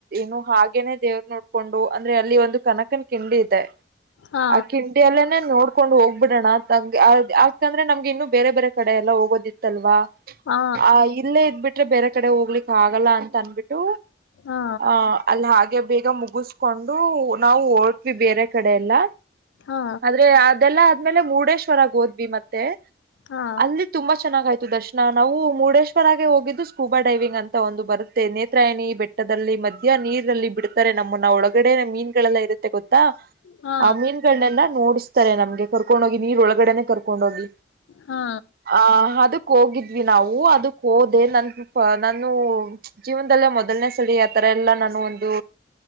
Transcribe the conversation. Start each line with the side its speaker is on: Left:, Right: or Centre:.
Right: ನು ಹಾಗೇನೆೇ ನೋಡ್ಕೊಂಡು ಅಂದ್ರೆ ಅಲ್ಲಿ ಒಂದು ಕನಕನ ಕಿಂಡಿ ಇದೆ
Left: ಹಾ
Right: ಆ ಕಿಂಡಿ ಅಲ್ಲ ನೋಡ್ ಕಕೊಂಡ್ ಹೋಗ್ ಬಿಡೋಣ ನಂಗೆ ಆಂದ್ರೆ ನಮ್ಗೆ ಇನ್ನುೂ ಬೇರೆ ಬೇರೆ ಕಡೆ ಎಲ್ಲ ಹೋಗೋದಿತ್ತಲ್ವಾ
Left: ಹಾ
Right: ಆ ಇಲ್ಲೇ ಇದ್ಬಿಟ್ರೆ ಬೇರೆ ಕಡೆ ಹೋಗ್ಲಿಕ್ಕೆ ಆಗಲ್ಲ ಅಂತ ಅನ್ಬಿಟ್ಟು
Left: ಹಾ
Right: ಆಹ ಅಲ್ಲಿ ಹಾಗೆ ಬ ಈಸ್ಕೊಂಡು ನಾವು ಓಡ್ತ್ವಿ ಬೇರೆ ಕಡೆ ಎಲ್ಲ
Left: ಹಾ
Right: ಆದ್ರೆ ಅದೆಲ್ಲ ಆದ್ಮೇಲೆ ಮುರುಡೇಶ್ವರಗ್ ಹೋದ್ವಿ ಮತ್ತೆ
Left: ಹಾ
Right: ಅಲ್ಲಿ ತುಂಬಾ ಚೆನ್ನಾಗಾಯ್ತು ದರ್ಶನ ನಾವು ಮುರುಡೇಶ್ವರಾಗೆ ಹೋಗಿದ್ದು ಸ್ಕೂಬಾ ಡೈವಿಂಗ್ ಅಂತ ಒಂದು ಬರುತ್ತೆ ನೇತ್ರಾಯಣಿ ಬೆಟ್ಟದಲ್ಲಿ ಮಧ್ಯ ನೀರನಲ್ಲಿ ನಮ್ಮನ್ನ ಒಳಗಡೆ ಮೀನ್ಗಳೆಲ್ಲ ಇರುತ್ತೆ ಗೊತ್ತಾ
Left: ಹಾ
Right: ಆ ಮೀನ್ಗಳನ್ನೆಲ್ಲ ನೋಡ್ <unintelligible> ನಮಗೆ ಕರ್ಕೊಂಡು ಹೋಗಿ ನೀ ಒಳ ಹೊಗಡೆ ಕರ್ಕೊಂಡ ಹೋಗ್
Left: ಹಾ
Right: ಆಹ ಅದಕ್ ಹೋಗಿದ್ವಿ ನಾವು ಅದಕ್ ಹೋದೆ ನನ್ ನಾನು ಜೀವನದಲ್ಲೇ ಮೊದಲನೇ ಸಲಿ ಆ ತರ ಎಲ್ಲಾ ನಾನು ಒಂದು